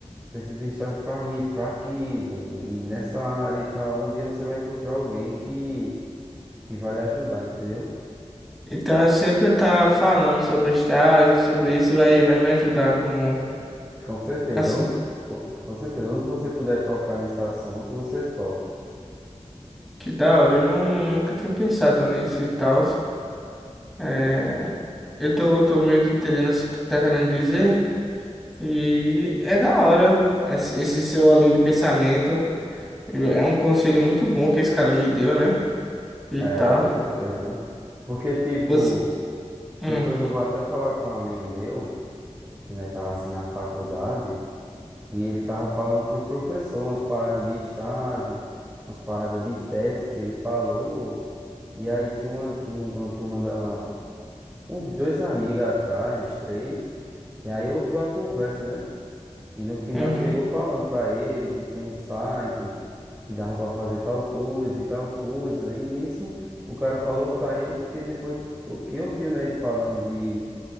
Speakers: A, on the right (about 20°); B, in the centre.
A: Preciso de um estágio para isso, para aquilo, e nessa área e tal. Um dia você vai encontrar alguém que, que vai lhe ajudar, entendeu?
B: Então é sempre eu estar falando sobre estágio, sobre isso, vai, vai me ajudar como.
A: Com certeza.
B: Assim,
A: Onde, com com certeza, onde você puder tocar nesse assunto, você toca.
B: que da hora. Eu não, não- nunca tinha pensado nisso e tal. É, eu tô, tô meio que entendendo o que tu tá querendo dizer. E é da hora esse esse seu além de pensamento. É um conselho muito bom que esse cara lhe deu, né? E
A: É,
B: tal.
A: com certeza. Porque, tipo,
B: Você... Hum,
A: depois eu vou até falar com um amigo meu, que nós tava assim na faculdade, e ele tava falando pro professor umas paradas de estágio, umas paradas de tese que ele falou. E aí tinha uma, um- uma turma da. uns dois amigos atrás, uns três. E aí ouviu a conversa, né? E no final
B: uhum.
A: chegou falando pra ele que tinha um site que dava pra fazer tal coisa e tal coisa. E nisso o cara falou pra ele porque depois o que ouviu, né, ele falando de